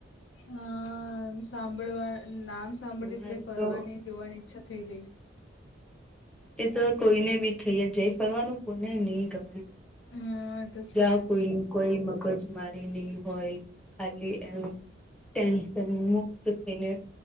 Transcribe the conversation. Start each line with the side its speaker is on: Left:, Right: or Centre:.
Left: હા સાંભળવા નામ સાંભળી
Centre: ફિલહાલ
Left: એટલે ફરવાની,
Centre: તો
Left: જોવાની ઈચ્છા થઈ જાય
Centre: એતો કોઈને બી થય જ જાય. ફરવાનું કોને ની ગમે?
Left: હા તો છે
Centre: ત્યાં કોઈની
Left: જ
Centre: કોઈ મગજમારી નહી હોય ખાલી એમ ટેન્શનમુક્ત થઈને